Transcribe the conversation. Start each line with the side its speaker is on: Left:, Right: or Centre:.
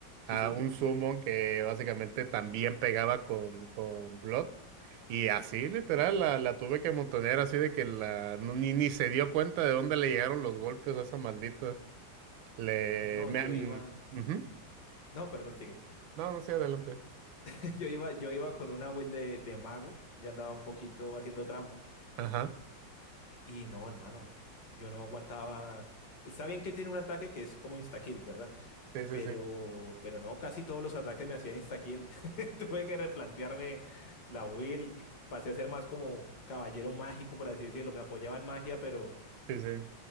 Right: a
Left: sí, sí.
Right: un summon que básicamente también pegaba con, con Blood y así literal la, la tuve que montonear así de que la no- ni, ni se dio cuenta de dónde le llegaron los golpes a esa maldita. Le
Left: No,
Right: me,
Left: yo
Right: mm,
Left: iba.
Right: ujú.
Left: No, perdón, sigue.
Right: No, no, sí, adelante.
Left: <laughs> Yo iba, yo iba con una build de, de mago. Yo andaba un poquito haciendo trampa.
Right: Ajá.
Left: Y no, hermano. Yo no aguantaba. Está bien que tiene un ataque que es como instakill, ¿verdad?
Right: Sí, sí,
Left: Pero,
Right: sí.
Left: pero no, casi todos los ataques me hacían instakill. <laughs> Tuve que replantearme la build. Pasé a ser más como caballero mágico, por así decirlo. Me apoyaba en magia, pero.
Right: Sí, sí.